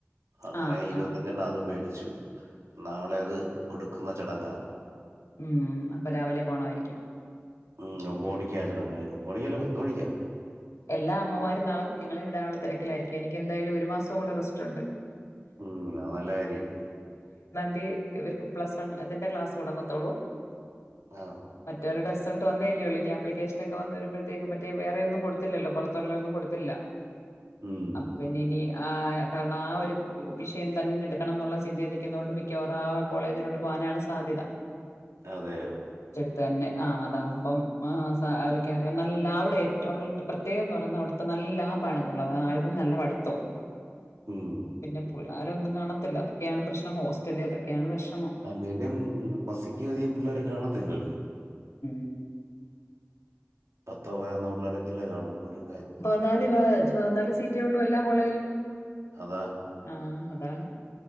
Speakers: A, on the right; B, on the left.
A: അങ്ങനെ
B: ആ
A: ഇരുപത്തഞ്ചെണ്ണം
B: ആ
A: അതും മേടി <unintelligible> നാളെ അത് കൊടുക്കുന്ന ചടങ്ങാ
B: ഉം അപ്പൊ രാവിലെ പോണമാരിക്കും
A: ഉം ഒമ്പത് മണിക്കാ ചടങ്ങ് ഒമ്പമണിക്കല്ല പത്തുമണിക്കാ
B: എല്ലാ അമ്മമാരും നാളെ കുഞ്ഞുങ്ങളെ വിടാനുള്ള തിരക്കിലായിരിക്കും എനിക്ക് എന്തായാലും ഒരു മാസ <unintelligible> റസ്റ്റുണ്ട്
A: ഉം അത് നല്ല കാര്യം
B: <unintelligible> പ്ലസ് വൺ അതിന്റെ ക്ലാസ്സ് തുടങ്ങത്തൊള്ളു
A: ആ
B: മറ്റവരുടെ റിസൾട്ട് വന്നേല്ലേയുള്ളു ഇനി ആപ്ലിക്കേഷന് ഒക്കെ വരുമ്പോഴത്തേക്കും മറ്റേ വേറെ ഒന്നും കൊടുത്തില്ലല്ലോ പുറത്തുള്ള ഒന്നും കൊടുത്തില്ല
A: ഉം,
B: അപ്പൊ പിന്നെ ഇനി ആഹ് കാരണം ആ ഒരു വിഷയം തന്നെ എടുക്കണം എന്നുള്ള ചിന്തെ നിക്കുന്നോണ്ട് മിക്കവാറും ആ കോളേജിലോട്ട് പോകാനാണ് സാധ്യത
A: അതെയോ
B: അ തന്നെ അതാകുമ്പോൾ അവരൊക്കെ അറിയാം നല്ല അവിടെ ഏറ്റവും അവള പ്രത്യേകം എന്ന് പറയുന്നത് അവിടുത്തെ നല്ല ലാബാണെന്നുള്ളത് ആ നല്ല പഠിത്തവും
A: ഉം.
B: പിന്നെ പിള്ളോര ഒന്നും കാണ ത്തില്ല ത് ഒക്കെയാണ് പ്രശ്ന ഹോസ്റ്റൽ അതൊക്കെയാണ് പ്രശ്
A: അല്ലേലും മസിക്ക് അധികം പിള്ളേർ കാണത്തില്ലല്ലോ
B: <inaudible>
A: പത്തോ പതിനെന്നോ പിള്ളരക്കല്ലേ കാണൂ <unintelligible>
B: ബനാലി വ പതിനാല് സീറ്റേ ഉള്ളൂ എല്ലാ കോളേജിലും
A: അതാ
B: ആ അതാണ്